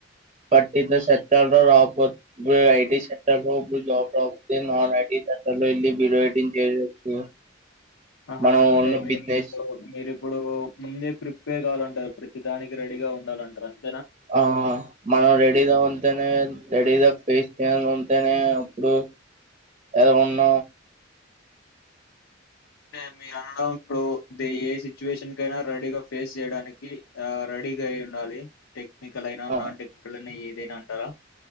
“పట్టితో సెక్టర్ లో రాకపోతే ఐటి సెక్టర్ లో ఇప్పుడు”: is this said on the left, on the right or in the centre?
Right